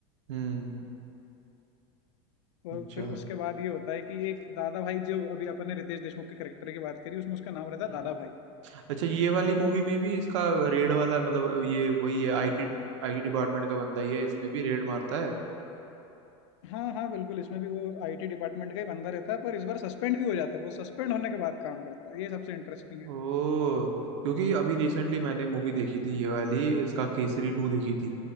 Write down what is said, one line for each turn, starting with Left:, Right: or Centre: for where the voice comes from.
Right: हम्म
Left: और
Right: अच्छा
Left: फिर उसके बाद ये होता है कि एक दादा भाई जो अभी अपन ने रितेश देशमुख के करेक्टर की बात करी उसमें उसका नाम रहता है
Right: हम्म
Left: दादा भाई
Right: अच्छा ये वाली मूवी में भी इसका रेड वाला मतलब ये वही है आईटी आईटी डिपार्टमेंट का बंदा ही है इसमें भी रेड मारता है
Left: हाँ हाँ बिल्कुल इसमें भी वो आईटी डिपार्टमेंट का ही बंदा रहता है पर इस बार सस्पेंड भी हो जाता है वो सस्पेंड होने के बाद काम करता है ये सबसे इंटरेस्टिंग है
Right: ओ क्योंकि अभी रिसेंटली मैंने मूवी देखी थी ये वाली इसका केसरी टू देखी थी